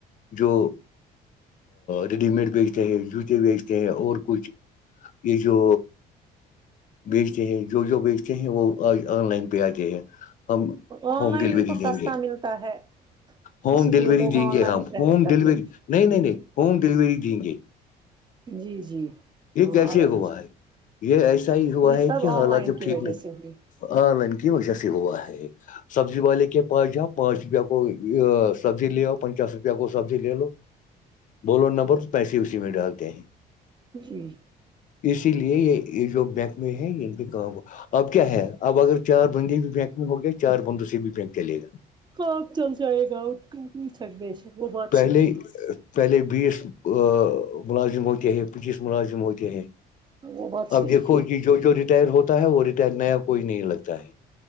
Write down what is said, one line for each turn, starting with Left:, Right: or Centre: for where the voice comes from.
Left: جو ریڈی میڈ بیچتے ہیں جوتے بیچتے ہیں اور کچھ یہ جو بیچتے ہیں جو جو بیچتے ہیں وہ آج آن لائن پہ آگے ہیں ہم
Right: آن
Left: ہوم
Right: لائن
Left: ڈیلیوری
Right: ان کو
Left: دیں
Right: سستا
Left: گے
Right: ملتا ہے
Left: ہوم
Right: اسی لیے
Left: ڈلیوری
Right: لوگ
Left: دیں
Right: آن
Left: گے
Right: لائن
Left: ہم
Right: پریفر
Left: ہوم
Right: کرتے
Left: ڈلیوری نہیں نہیں نہیں ہوم ڈلیوری دیں گے
Right: جی جی
Left: یہ
Right: ہاں
Left: کیسے
Right: آیا
Left: ہوا
Right: مجھے
Left: ہے یہ ایسا ہی ہوا
Right: یہ
Left: ہے
Right: سب
Left: کہ
Right: آن
Left: حالات
Right: لائن
Left: جب
Right: کی
Left: ٹھیک
Right: وجہ
Left: نہیں
Right: سے ہوئی
Left: آن لائن کی وجہ سے ہوا ہے سبزی والے کے پاس جاؤ پانچ روپے کو سبزی لےؤ پنچاس روپے کو سبزی لے لو بولو نمبر تو پیسے اسی میں ڈالتے ہیں
Right: جی
Left: اسی لیے یہ جو بینک میں ہے یہ بھی کام ہو اب کیا ہے اب اگر چار بندے بھی بینک میں ہو گئے چار بندو سے بھی بینک چلے گا
Right: ہ چل جائے گا اٹ کرک بیک وہ بات
Left: پہلے
Right: صحیح ہے <unintelligible>
Left: پہلے بیس ملازم ہوتے ہیں پچیس ملازم ہوتے ہیں
Right: ہے وہ بات صحیح
Left: اب دیکھو
Right: ہے
Left: کہ جو جو ریٹائر ہوتا ہے وہ ریٹائر نیا کوئی نہیں لگتا ہے